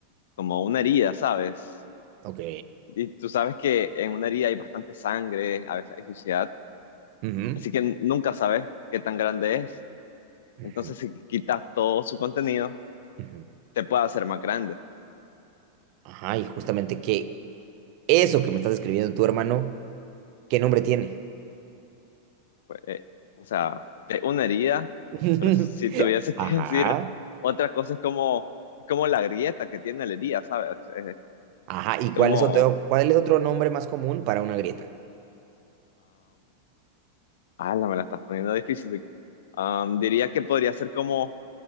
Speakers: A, on the left (about 60°); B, on the right (about 45°).
A: como una herida, ¿sabes?
B: Ok.
A: Y tú sabes que en una herida hay bastante sangre, a veces hay suciedad,
B: ujú,
A: así que nunca sabes qué tan grande es.
B: ujú,
A: Entonces, si quitas todo su contenido,
B: ujú.
A: te puede hacer más grande.
B: Ajá, y justamente que eso que me estás escribiendo tú, hermano, ¿qué nombre tiene?
A: Pues, eh, o sea, es una herida,
B: <laughs>
A: pero si tuviese que
B: Ajá.
A: <laughs> decir otra cosa es como, es como la grieta que tiene la herida, ¿sabes? Es
B: Ajá, ¿y cuál
A: como...
B: es otro, cuál es otro nombre más común para una grieta?
A: Ala, me la estás poniendo difícil. Vic. Am, diría que podría ser como